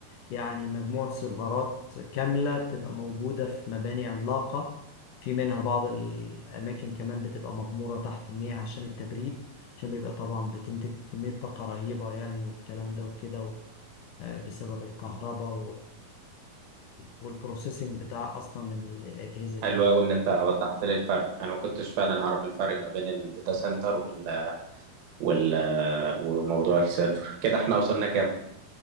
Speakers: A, on the left (about 75°); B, on the right (about 75°).
A: يعني مجموعة سيرفرات كاملة بتبقى موجودة في مباني عملاقة في منها بعض الأماكن كمان بتبقى مغمورة تحت المياه عشان التبريد عشان بيبقى طبعا بتنتج كمية طاقة رهيبة يعني والكلام ده وكده و- آه، بسبب الكهرباء والبروسيسنج بتاع أصلا ال- الأجهزة دي
B: حلو قوي ان انت وضحت لي الفرق انا ما كنتش فعلا اعرف الفرق ما بين الداتا سنتر وال وال وموضوع السيرفر كده احنا وصلنا كام